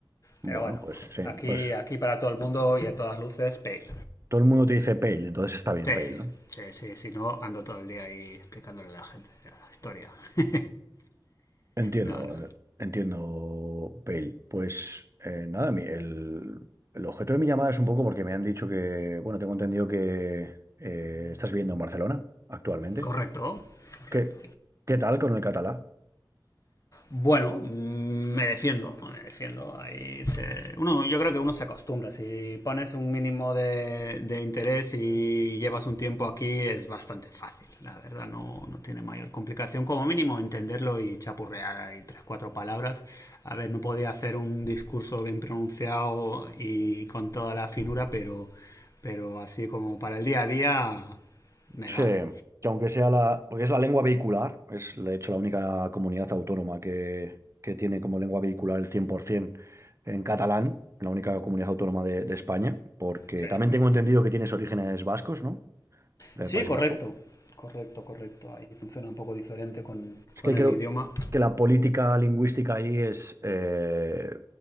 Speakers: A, on the right; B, on the left.
A: Bueno,
B: Pero bueno,
A: pues sí,
B: aquí,
A: pues
B: aquí para todo el mundo y a todas luces, Pale.
A: todo el mundo te dice Pale, entonces está bien
B: Sí,
A: Pale, ¿no?
B: sí, sí, si no, ando todo el día ahí explicándole a la gente la historia. <laughs>
A: Entiendo,
B: no, no.
A: eh, entiendo, Pale. Pues eh, nada, mi- el, el objeto de mi llamada es un poco porque me han dicho que, bueno, tengo entendido que eh, estás viviendo en Barcelona actualmente.
B: Correcto, correcto.
A: ¿Qué, qué tal con el catalá?
B: Bueno, mm, me defiendo, me defiendo. Ahí se- uno, yo creo que uno se acostumbra. Si pones un mínimo de, de interés y llevas un tiempo aquí, es bastante fácil. La verdad, no, no tiene mayor complicación. Como mínimo, entenderlo y chapurrear ahí tres, cuatro palabras. A ver, no podía hacer un discurso bien pronunciado y con toda la finura, pero, pero así como para el día a día, me
A: Sí,
B: vale.
A: que aunque sea la, porque es la lengua vehicular, es de hecho la única comunidad autónoma que, que tiene como lengua vehicular el 100% en catalán, la única comunidad autónoma de, de España, porque
B: Sí.
A: también tengo entendido que tienes orígenes vascos, ¿no? Del
B: Sí,
A: País
B: correcto.
A: Vasco.
B: Correcto, correcto. Ahí funciona un poco diferente con,
A: Es
B: con
A: que creo
B: el idioma.
A: que la política lingüística ahí es... eh,